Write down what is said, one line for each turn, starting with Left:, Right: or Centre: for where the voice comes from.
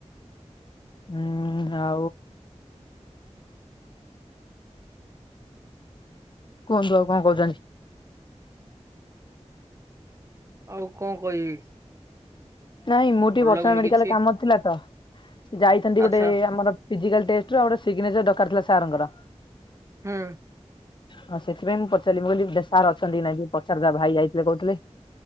Left: ହୁଁ ଆ? କୁହନ୍ତୁ ଆଉ କଣ କହୁଛନ୍ତି?
Right: ଆଉ କଣ କହିବି?
Left: ନାଇଁ ମୁଁ ଟିକେ
Right: ଭଲ
Left: ବସଷାଣ୍ଟ
Right: ଲାଗୁନି
Left: ମେଡିକାଲ
Right: କିଛି
Left: ରେ କାମ ଥିଲା ତ ଯାଇଥାନ୍ତି
Right: ଆଚ୍ଛା
Left: ଗୋଟେ ଆମର ଫିଜିକାଲ ଟେଷ୍ଟର ଆଉ ଗୋଟେ ସିଗ୍ନେଚର ଦରକାର ଥିଲା ସାରଙ୍କର।
Right: ହୁଁ।
Left: ଅ ସେଥିପାଇଁ ମୁଁ ପଚାରିଲି ମୁଁ କହିଲି ସାର ଅଛନ୍ତି କି ନାଇଁ ପଚାରିଦବା ଭାଇ ଯାଇଥିଲେ କହୁଥିଲେ।